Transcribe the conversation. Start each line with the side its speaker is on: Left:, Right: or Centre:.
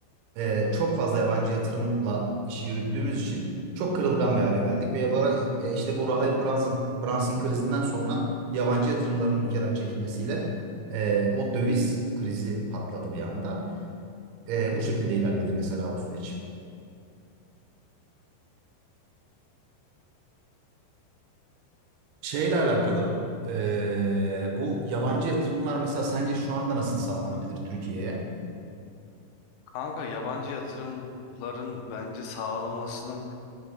Right: e, çok fazla yabancı yatırımla işi yürüttüğümüz için çok kırılgan bir hale geldik ve yaba- e, işte bu Rahip Brunson, Brunson krizinden sonra yabancı yatırımların ülkeden çekilmesiyle e, o döviz krizi patladı bir anda. E, bu şekilde ilerledi mesela o süreç. Şeyle alakalı e, bu yabancı yatırımlar mesela sence şu anda nasıl sağlanabilir Türkiye'ye?
Left: Kanka yabancı yatırımların bence sağlamasının